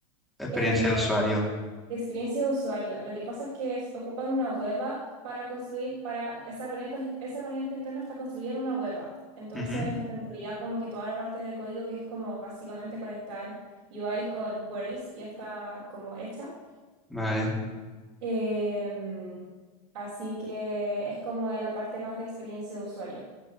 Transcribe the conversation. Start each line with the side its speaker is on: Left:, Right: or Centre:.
Centre: experiencia
Right: Eh,
Centre: de usuario?
Right: de experiencia de usuario. Lo que pasa es que es- ocupan una web app para construir, para esa herramienta, esa herramienta interna está construida en una web app. Entonces,
Centre: Ujú,
Right: en realidad como que toda la parte de código que es como básicamente conectar UI con queries ya está como hecha.
Centre: Vale,
Right: Em, así que es como de la parte más de experiencia de usuario.